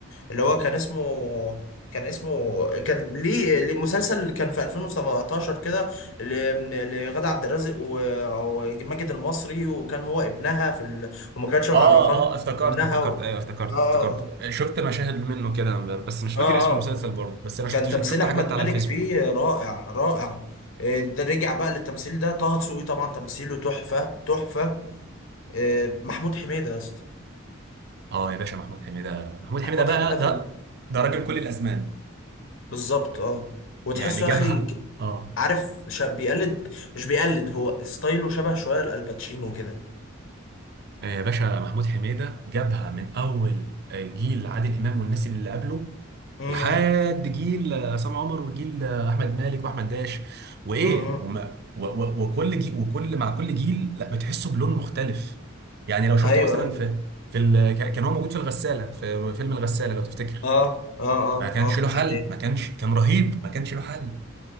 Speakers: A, on the left (about 75°); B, on the right (about 50°).
A: اللي هو كان اسمه كان اسمه كان ليه ليه مسلسل كان في 2017 كده ل- لغادة عبد الرازق و- وماجد المصري وكان هو ابنها في ال... وما كانتش معرفان
B: اه اه افتكرت
A: ابنها
B: افتكرت
A: و...
B: ايوه افتكرت
A: اه
B: افتكرت
A: اه
B: شفت مشاهد منه كده بس مش فاكر
A: اه
B: اسم المسلسل
A: اه آه.
B: برضه بس انا شفت
A: كان تمثيل
B: شفت
A: احمد
B: حاجات
A: مالك
B: على الفيسبوك
A: فيه رائع رائع آه، ده رجع بقى للتمثيل ده طه دسوقي طبعا تمثيله تحفة تحفة آه، محمود حميدة يا اسطى
B: اه يا باشا محمود حميدة محمود حميدة
A: محمود
B: بقى
A: حميدة في
B: ده
A: ال...
B: ده راجل كل الازمان
A: بالظبط اه وتحسه
B: يعني جابها
A: يا اخي
B: اه
A: عارف شا... بيقلد مش بيقلد هو ستايله شبه شويه لالباتشينو كده
B: آه، يا باشا محمود حميدة جابها من أول آه، جيل عادل إمام والناس اللي قبله
A: امم
B: لحد جيل آه، عصام عمر وجيل آه، أحمد مالك وأحمد داش وإيه
A: امم
B: وما و و وكل جيل وكل مع كل جيل لا بتحسه بلون مختلف يعني لو شفته
A: ايوه
B: مثلا
A: ايوه
B: في في ال... كان كان هو موجود في الغسالة في فيلم الغسالة لو تفتكر
A: اه اه اه
B: ما كانش
A: اه
B: له حل
A: دي حقيقة.
B: ما كانش كان رهيب ما كانش له حل